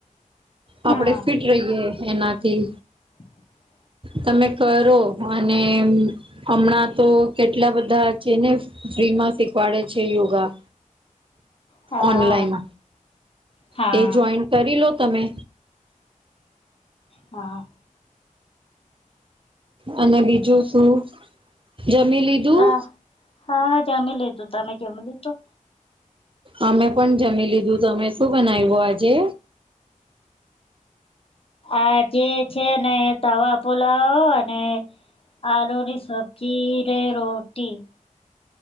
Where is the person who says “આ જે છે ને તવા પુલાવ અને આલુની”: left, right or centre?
Left